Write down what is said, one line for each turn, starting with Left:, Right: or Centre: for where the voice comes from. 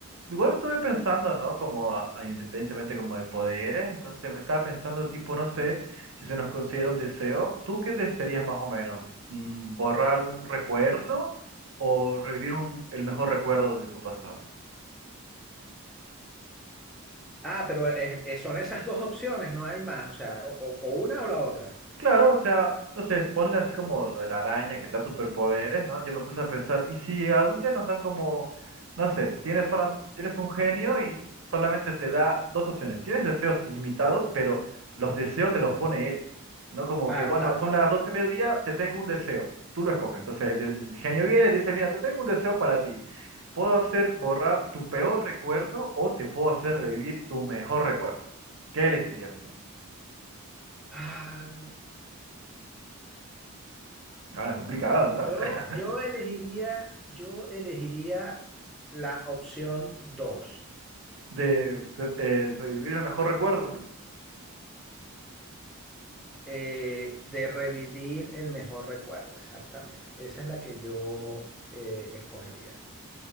Right: igual estuve pensando, ¿no? Como a- a- independientemente como de poderes, entonces estaba pensando tipo, no sé, si se nos considera un deseo, ¿tú qué desearías más o menos? Mm, ¿borrar un recuerdo o revivir un- el mejor recuerdo de tu pasado?
Centre: Ah, pero eh, eh, son esas dos opciones, no hay más, o sea, o, o- o una o la otra.
Right: Claro, o sea, no sé, ponle así como lo de la araña que te da superpoderes, ¿no? Yo me puse a pensar, ¿y si algún día nos dan como, no sé, tienes, solam- tienes un genio y solamente te da dos opciones? Tienes deseos ilimitados, pero los deseos te los pone él, ¿no? Como
Centre: Claro,
Right: que, bueno,
Centre: claro.
Right: son las 12 de mediodía, te tengo un deseo, tú lo escoges. Entonces el, el genio viene y te dice, mira, te tengo un deseo para ti. Puedo hacer borrar tu peor recuerdo o te puedo hacer revivir tu mejor recuerdo. ¿Qué elegiría usted?
Centre: Ah,
Right: Ah, es complicado, ¿no?
Centre: yo,
Right: <laughs>
Centre: yo elegiría, yo elegiría la opción dos,
Right: De, de, eh, revivir el mejor recuerdo.
Centre: eh, de revivir el mejor recuerdo, exactamente. Esa es la que yo eh, escogería.